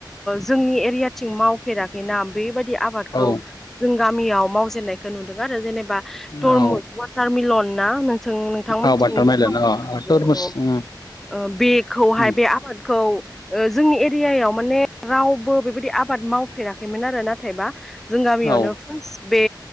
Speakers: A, in the centre; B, on the left (about 60°).
A: जोंनि एरियाथिं मावफेराखैना बेबायदि आबादखौ
B: औ
A: जों गामियाव मावजेननायखौ नुदों आरो जेनेबा तरमुस
B: औ
A: वाटार मिलन नोंथांमोनथिंबो
B: औ वाटारमेलन
A: खाबु
B: अ
A: जानो
B: तरमुस
A: हागौ
B: उम
A: बेखौहाय
B: उम
A: बे आबादखौ जोंनि एरियायाव माने रावबो बेबायदि आबाद मावफेराखैमोन आरो नाथायबा जों गामियावनो
B: औ
A: फार्स्ट बे